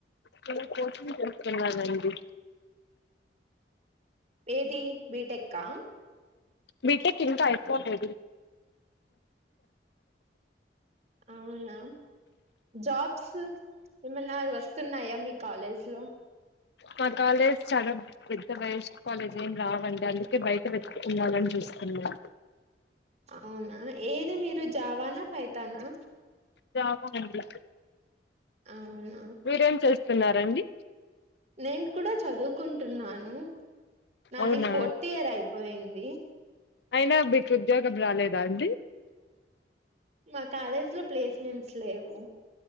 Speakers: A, on the left; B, on the right.
A: నేను కోచింగ్ చేసుకున్నానండి
B: ఏది బీటెక్కా
A: బీటెక్ ఇంకా అయిపోలేదు
B: అవునా జాబ్స్ ఏమన్నా వస్తున్నాయా మీ కాలేజ్ లో
A: మా కాలేజ్ చాలా పెద్ద వేస్ట్ కాలేజ్ ఏం రావండి అందుకే బయట వెతుక్కోవాలని చూస్తున్నా
B: అవునా ఏది మీరు జావానా పైథానా
A: రామ అండి
B: అవును
A: మీరేం చేస్తున్నారండి
B: నేను కూడా చదువుకుంటున్నాను నాది
A: అవునా
B: ఫోర్త్ ఇయర్ అయిపోయింది
A: అయినా మీకు ఉద్యోగం రాలేదా అండి
B: మా కాలేజ్ లో ప్లేస్మెంట్స్ లేవు